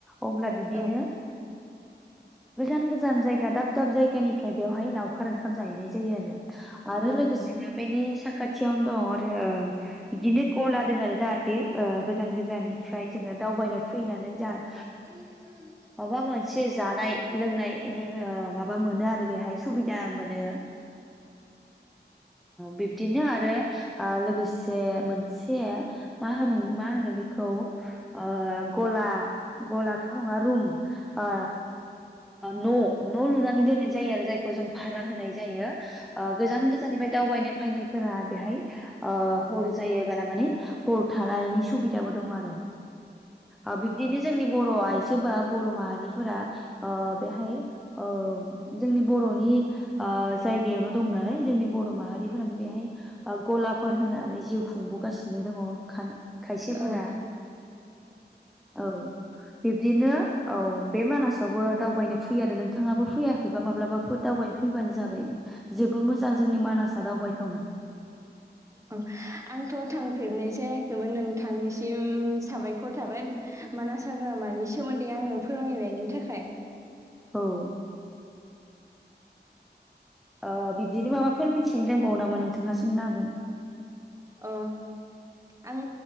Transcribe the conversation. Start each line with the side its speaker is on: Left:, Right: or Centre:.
Centre: अब्ला बिब्दिनो
Right: औ
Centre: गोजान गोजान जायगा दाब दाब जायगानिफ्राय बेवहाय लावखार ओंखाम जाहैनाय जायो आरो आरो
Right: औ
Centre: लोगोसेनो
Right: औ औ
Centre: बेनि साखाथि थियाव दं अरो ओ बिदिनो गला दों आरो जाहाथ थे ओ गोजान गोजाननिफ्राय जोङो दावबायनो फैनानै जाहा
Right: <inaudible>
Centre: बा मोनसे जानाय लोंनायनि ओ माबा मोनो आरो बेहाय सुबिदा मोनो। बिब्दिनो आरो ओ लोगोसे मोनसे मा होनो मा होनगोन बेखौ ओ गला गलाथ' <unintelligible> ओ न' न' लुनानै दोननाय जायो आरो जायखौ जों भारा होनाय जायो ओ गोजान गोजाननिफ्राय दावबायनो फैनाय फोरा बेहाय ओ हर जायोबोला माने हर थानायनि सुबिदाबो दं आरो ओ बिब्दिनो जोंनि बर र' आयजोबा बर' माहारिफोरा ओ बेहाय ओ जोंनि बर'नि आ जायगायावनो दं नालाय जोंनि बर' माहारिफोरानो बेहाय आ गलाफोर होनानै जिउ खुंबोगासिनो दङ खार खायसेफोरा
Right: औ
Centre: औ बिब्दिनो औ बे मानासावबो दावबायनो फैयो आरो नोंथाङाबो फैयाखैबा माब्लाबाफोर दावबायनो फैबानो जाबाय जबोर मोजां जोंनि मानासआ दावबायथावनो।
Right: अ आंथ' थांफेरनाय जायाखैमोन नोंथांनिसिम साबायखर थाबाय मानास हाग्रामानि सोमोन्दै आंनो फोरमायनायनि थाखाय।
Centre: औ ओ बिब्दिनो माबाफोर मिथिनो दंबावो नामा नोंथाङा सोंनो हागोन।
Right: अ आं